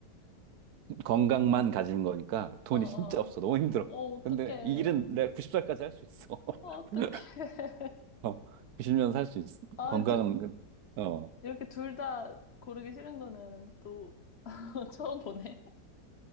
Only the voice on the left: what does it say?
어, 어.
어, 어떡해.
어, 어떡해.
아,
두,
이렇게 둘 다 고르기 싫은 거는 또 <laughs> 처음 보네.